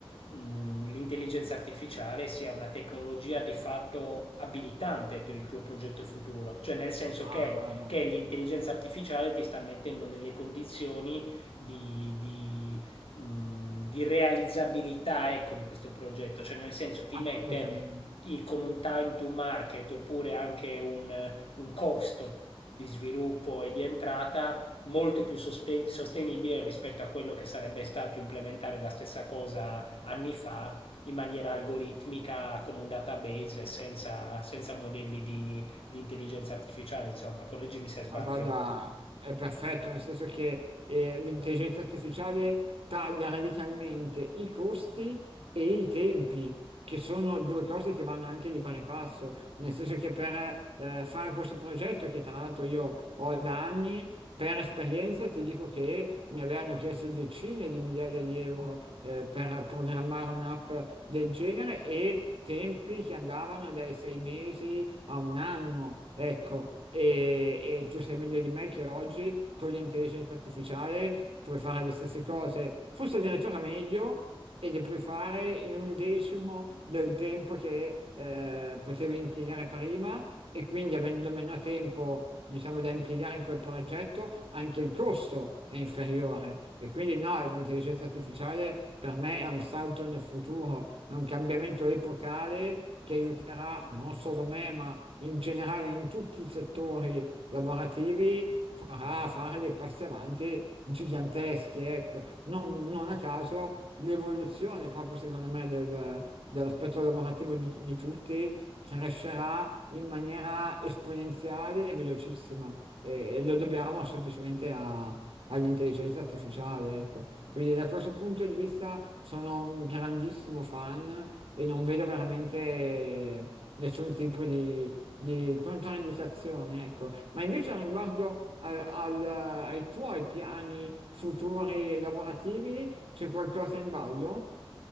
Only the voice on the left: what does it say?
mh, l'intelligenza artificiale sia una tecnologia di fatto abilitante per il tuo progetto futuro, cioè nel senso
che,
che l'intelligenza artificiale ti sta mettendo nelle condizioni di, di, mh, di realizzabilità ecco, di questo progetto, cioè nel senso ti mette
in- con un time to market oppure anche un, un costo di sviluppo e di entrata molto più sospe- sostenibile rispetto a quello che sarebbe stato implementare la stessa cosa anni fa in maniera algoritmica con un database e senza, senza modelli di, di intelligenza artificiale, insomma, correggimi se sbaglio.